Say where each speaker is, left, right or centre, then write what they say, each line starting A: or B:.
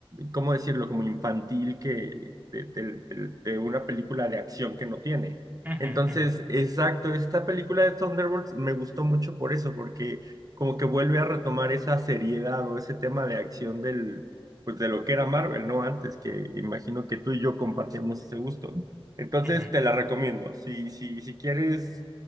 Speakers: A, on the right (about 40°); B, on the right (about 20°).
A: ¿cómo decirlo? Como infantil que de, de- de- de una película de acción que no tiene.
B: Ujú,
A: Entonces,
B: ujú,
A: exacto, esta película de Thunderbolts me gustó mucho por eso, porque como que vuelve a retomar esa seriedad o ese tema de acción del pues de lo que era Marvel, ¿no? Antes que imagino que tú y yo compartíamos ese gusto. Entonces
B: ujú.
A: te la recomiendo. Si, si, si quieres